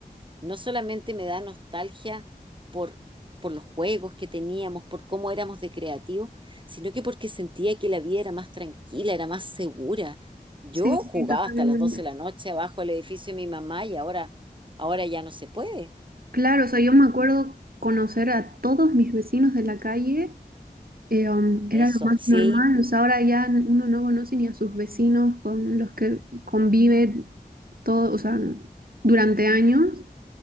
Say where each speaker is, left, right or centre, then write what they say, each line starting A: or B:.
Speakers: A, on the right; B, on the right.
A: no solamente me da nostalgia por, por los juegos que teníamos, por cómo éramos de creativos, sino que porque sentía que la vida era más tranquila, era más segura. Yo
B: Sí,
A: jugaba
B: sí, totalmente.
A: hasta las 12 de la noche abajo del edificio de mi mamá y ahora, ahora ya no se puede.
B: Claro, o sea, yo me acuerdo conocer a todos mis vecinos de la calle, eh, um, era
A: Eso,
B: lo más
A: sí.
B: normal, o sea, ahora ya uno no conoce ni a sus vecinos con los que convive todo, o sea, durante años.